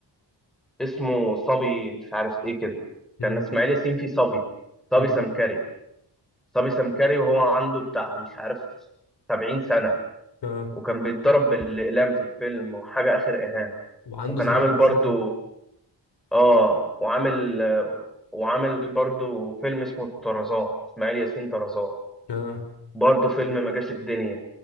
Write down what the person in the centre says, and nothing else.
اسمه صبي مش عارف ايه كده
كان اسماعيل ياسين فيه صبي صبي
سمكري صبي سمكري وهو عنده بتاع مش عارف سبعين سنة
وكان بيتضرب بالإقلام في الفيلم وحاجة آخر إهانة
وكان
عامل برضو
آه وعامل وعامل برضو فيلم اسمه طرزان إسماعيل ياسين طرزان
برضو فيلم ما جاش الدنيا